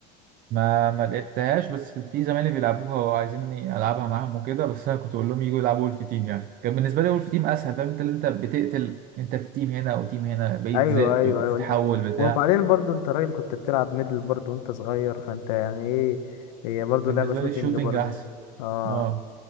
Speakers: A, on the right; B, on the left.
A: ما ما لعبتهاش بس كان في زمايلي بيلعبوها وعايزيني العبها معاهم وكده بس انا كنت اقول لهم يجوا يلعبوا ولف تيم يعني كان بالنسبه لي ولف تيم اسهل فاهم انت اللي انت بتقتل انت في تيم هنا او تيم هنا بقيت
B: ايوه
A: ذئب
B: ايوه
A: بتتحول
B: ايوه
A: بتاع
B: وبعدين برضو انت راجل كنت بتلعب ميدل برضو وانت صغير فانت يعني ايه هي برضو
A: بالنسبه
B: لعبة شوتينج
A: لي الشوتينج
B: برضو
A: احسن
B: اه
A: اه